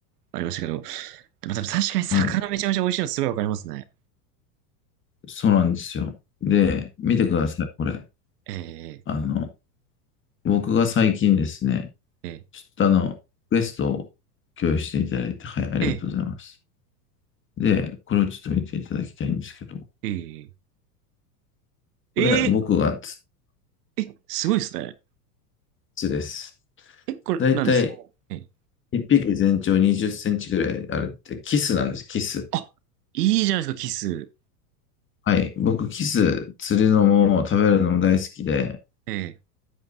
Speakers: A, on the right; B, on the left.
A: ありましたけど。でも多分確かに魚めちゃめちゃ美味しいのすごいわかりますね。
B: はい。そうなんですよ。で、見てください、これ。
A: え
B: あの、僕が最近ですね、
A: ー、え
B: ちょっとあの、リクエストを共有していただいて、はい、ありがとうございます。
A: ー、え
B: で、これをちょっと見ていただきたいんですけど、
A: ー、えー、え
B: これ僕が
A: ー、え、すごいですね。
B: 筒です。
A: え、これ何ですかえー、
B: だいたい1匹全長20センチぐらいあるって、キスなんです、キス。
A: あ、いいじゃないですか、キス。
B: はい。僕、キス釣るのも食べるのも大好きで、
A: え